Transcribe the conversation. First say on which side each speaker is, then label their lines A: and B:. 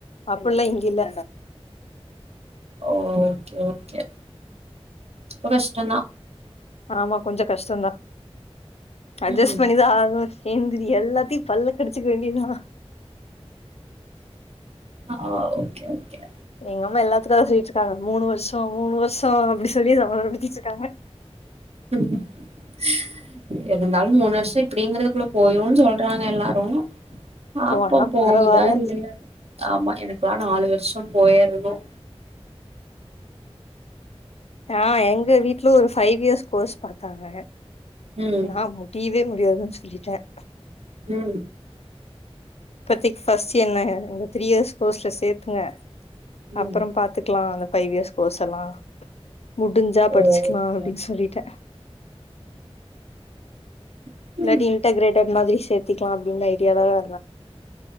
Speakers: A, on the left (about 75°); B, on the right (about 70°).
A: அப்புட்லா இங்க இல்ல
B: ஓ ஓகே ஓகே ரொம்ப கஷ்டந்தா
A: ஆமா கொஞ்சம் கஷ்டம்தான் அட்ஜஸ்ட்
B: ம்
A: பண்ணிதான் ஆகும் சேர்ந்திரி எல்லாத்தையும் பல்ல கிடிச்சக்க வேண்டியதுதான்
B: ஆஹ ஓகே ஓகே
A: எங்கம்மா எல்லாத்துக்கும் அதான் சொல்லிட்டு இருக்காங்க மூணு வருஷம் மூணு வருஷம் அப்படி சொல்லி சமாதானம் படுத்திட்டு இருக்காங்க <inaudible>
B: <unintelligible> இருந்தாலும் மூணு வருஷம் இப்படிங்கிறதுக்குள்ள போய்ரும்ன்னு சொல்றாங்க எல்லாரும் பாப்போ
A: போனா
B: போகுதா
A: பரவால்ல
B: இல்லயானு ஆமா எனக்குல்லாம் நாளு வருஷம் போயிருக்கும்
A: ஆஹ் எங்க வீட்ல ஒரு ஃபைவ் இயர்ஸ் கோர்ஸ் பாத்தாங்க
B: ம்
A: நான் முடியவே முடியாதுன்னு சொல்லிட்டேன்
B: உம்
A: இப்பத்திக்கு ஃபர்ஸ்ட் என்ன த்ரீ இயர்ஸ் கோர்ஸ்ல சேத்துங்க
B: ம்
A: அப்புறம் பாத்துக்கலாம் அந்த ஃபைவ் இயர்ஸ் கோர்ஸ் எல்லாம் முடிஞ்சா படிச்சுக்கலாம்
B: ஓகே
A: அப்படின்னு சொல்லிட்டேன்
B: ஓகே
A: இல்லாட்டி இன்டகிரேடட் மாதிரி சேத்திக்கலாம் அப்டினு ஐடியால த